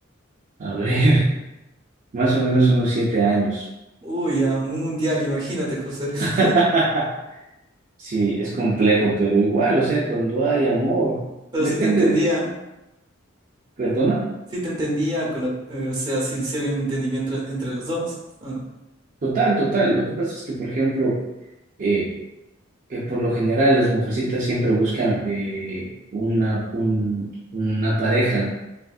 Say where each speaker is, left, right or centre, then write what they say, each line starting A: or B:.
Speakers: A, on the right; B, on the right.
A: a ver, <laughs> más o menos unos siete años.
B: Uy, a un mundial, imagínate, José. <laughs>
A: <laughs> Sí, es complejo, pero igual, o sea, cuando hay amor,
B: Pero
A: depende
B: si te entendía.
A: de, perdona,
B: Sí te entendía, con lo- eh, o sea, sí, sí había un entendimiento entre, entre los dos. Ah,
A: total, total. Lo que pasa es que, por ejemplo, eh, eh, por lo general las mujercitas siempre buscan eh, una, un- una pareja